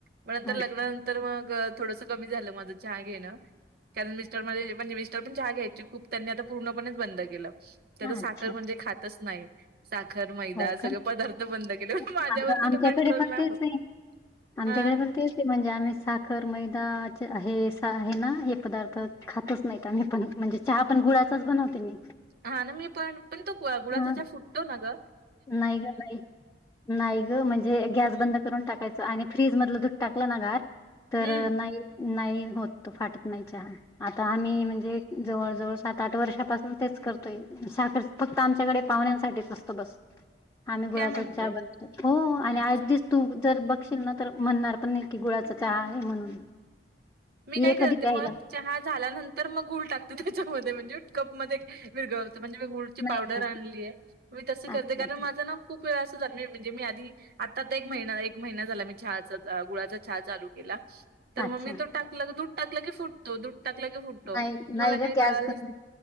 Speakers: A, on the right; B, on the left.
A: पण आता
B: अच्छा,
A: लग्नानंतर मग थोडसं कमी झालं माझं चहा घेणं. कारण मिस्टर माझे, म्हणजे मिस्टर पण चहा घ्यायचे खूप त्यांनी आता पूर्णपणेच बंद केलं. ते
B: हो,
A: आता साखर
B: अच्छा.
A: म्हणजे खातच नाही. साखर, मैदा
B: हो
A: सगळे
B: का?
A: पदार्थ बंद केले पण
B: आ
A: माझ्यावरती
B: आमच्याकडे
A: तो कंट्रोल
B: पण
A: नाही
B: तेच
A: होत.
B: आहे. आमच्याकडे
A: हां
B: पण तेच ते म्हणजे आम्ही साखर, मैदा हे आहे ना, हे पदार्थ खातच नाही मी पण, म्हणजे चहा पण गुळाचाच बनवते मी.
A: हा ना मी पण, पण तो गुळा गुळाचा
B: हां
A: चहा फुटतो ना ग?
B: नाही ग बाई. नाही ग म्हणजे गॅस बंद करून टाकायचं, आणि फ्रीज मधलं दूध टाकलं ना गार तर
A: हम्म
B: नाही, नाही होत, तो फाटत नाही चहा. आता आम्ही म्हणजे, जवळ जवळ सात आठ वर्षापासून तेच करतोय. साखर फक्त आमच्याकडे पाहुण्यांसाठीच असतो बस. आम्ही गुळाचाच
A: काय म्हणते?
B: चहा बनवतो. हो आणि
A: अच्छा.
B: आ तू जर बघशील ना, तर म्हणणार पण नाही की गुळाचा चहा आहे म्हणून.
A: मी
B: ये
A: काय करते
B: कधी प्यायला.
A: मग, चहा झाल्यानं तर मग गुळ टाकते चहामध्ये, म्हणजे कप मध्ये विरघळवते म्हणजे मी गुळ ची
B: नाही
A: पावडर
B: नाही
A: आणली आहे. मी तसं करते
B: अच्छा
A: कारण
B: अच्छा
A: माझा ना खूप वेळ असं झालेलं आहे म्हणजे मी आधी आता तर एक महिना एक महिना झाला, मी चहा गुळाचा चहा चालू केला. तर
B: अच्छा
A: मग मी तो टाकला दूध टाकलं की फुटतो, दूध टाकलं की फुटतो,
B: नाही नाही
A: मला
B: ग
A: काही
B: गॅस
A: कळालंच
B: बंद